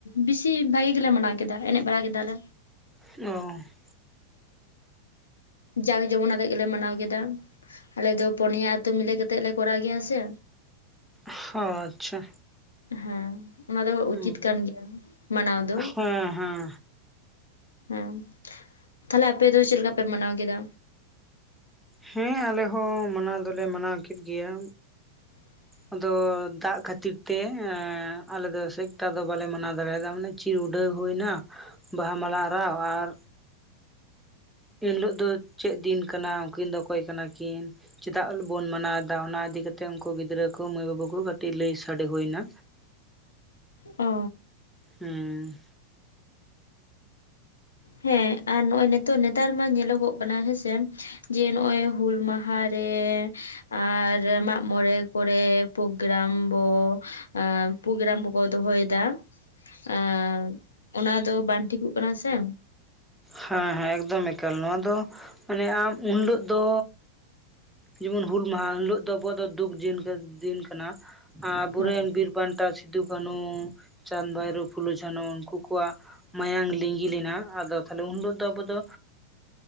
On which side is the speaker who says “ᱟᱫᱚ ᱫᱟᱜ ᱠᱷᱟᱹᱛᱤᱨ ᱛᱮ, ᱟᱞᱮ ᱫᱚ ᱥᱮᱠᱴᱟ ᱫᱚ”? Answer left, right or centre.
Centre